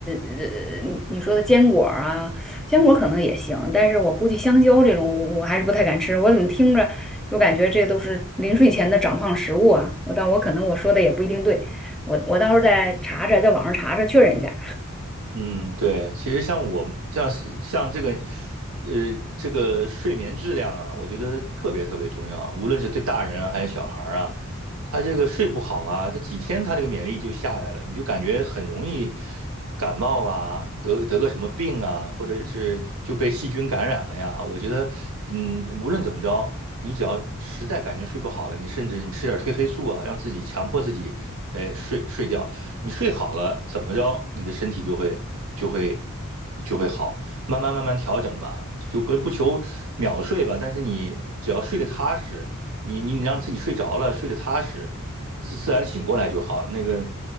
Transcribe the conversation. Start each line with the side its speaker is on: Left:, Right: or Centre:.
Centre: 呃，你你说的坚果儿啊，坚果儿可能也行，但是我估计香蕉这种我还是不太敢吃。我怎么听着就感觉这都是临睡前的长胖食物啊？我但我可能我说的也不一定对，我我到时候再查查，在网上查查确认一下。
Right: 嗯，对，其实像我像是像这个，呃，这个睡眠质量啊，我觉得特别特别重要，无论是对大人啊还是小孩儿啊，他这个睡不好啊，他几天他这个免疫力就下来了，你就感觉很容易感冒啊，得得个什么病啊，或者是就被细菌感染了呀。我觉得，嗯，无论怎么着，你只要实在感觉睡不好了，你甚至你吃点褪黑素啊，让自己强迫自己，哎，睡睡觉。你睡好了，怎么着，你的身体就会就会就会好，慢慢慢慢调整吧，就不不求秒睡吧，但是你只要睡得踏实，你你你让自己睡着了，睡得踏实，自自然醒过来就好。那个